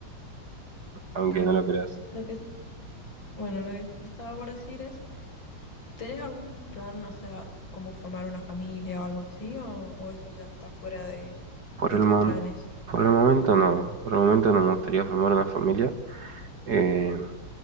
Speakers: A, on the right; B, on the left.
A: aunque
B: Bueno,
A: no lo creas.
B: lo que, bueno, lo que estaba por decir es... ¿Tenés algún plan, o sea, como formar una familia o algo así? ¿O, o eso ya está fuera de,
A: Por
B: de
A: el,
B: tus
A: mom-
B: planes?
A: por el momento no. Por el momento no me gustaría formar una familia. Eh,